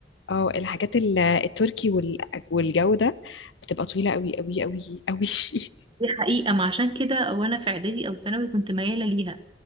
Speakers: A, on the left; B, on the right.
A: اه الحاجات ال- التركي وال- والجو ده بتبقى طويلة قوي قوي قوي قوي <laughs>
B: دي حقيقه ما عشان كده وانا في اعدادي او ثانوي كنت مياله ليها